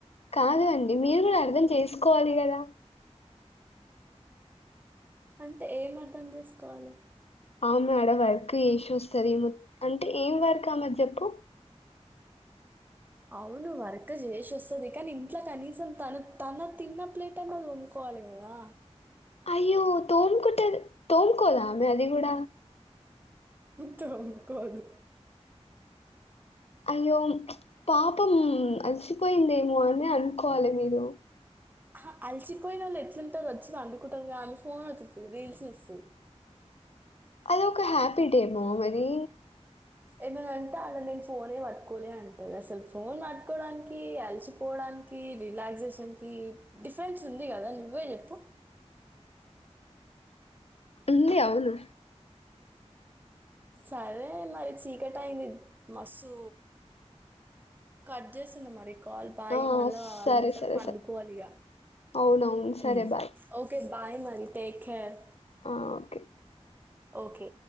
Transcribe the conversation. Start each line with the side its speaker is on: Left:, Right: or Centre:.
Left: కాదు అండి మీరు గూడ అర్థం చేస్కో కోవాలి గదా.
Right: అంటే ఏం అర్థం చేసుకోవాలె?
Left: ఆమె ఆడ వర్క్ చేసొస్తది మోత్ అంటే ఏం వర్క్ అమెది చెప్పు?
Right: అవును వర్క్ చేసోస్తది కనీ ఇంట్ల కనీసం తను తన తిన్న ప్లేట్ అయిన తోముకోవాలి గదా.
Left: అయ్యో తోమ్ కుట్టది తోంకోదా? మె అది గూడ
Right: తొంకోదు
Left: అయ్యో పాపం అలసిపోయిందేమో అని అనుకోవాలె మీరు.
Right: అహ అలిచిపోయినోళ్ళు ఎట్లుంటరు వచ్చి పండుకుంటరుగా ఆమె ఫోన్ ఒత్తుతది, రీల్స్ జూస్తది.
Left: అదొకా ఒక హ్యాబిటేమో మరీ?
Right: ఏమైనంటే ఆడ నేను ఫోనే పట్టుకోలే అంటది, అసలు ఫోన్ పట్టుకోవడానికి అలిసిిపోవడానికి రిలాక్సేషన్ కి డిఫరెన్స్ ఉంది గదా నువ్వే చెప్పు?
Left: ఉంది అవును.
Right: సరే మరి చీకటయింది మస్తూ కట్ జేసింది మరి. కాల్ బాయ్
Left: ఆ!
Right: మళ్ళా
Left: సరే,
Right: ఏమంటరు
Left: సరే,
Right: పండుకోవాలిగా
Left: సరే. అవునవును. సరే
Right: ఉమ్
Left: బాయ్.
Right: ఓకే. బాయ్ మరి టేక్కేర్.
Left: ఆ ఓకే.
Right: ఓకే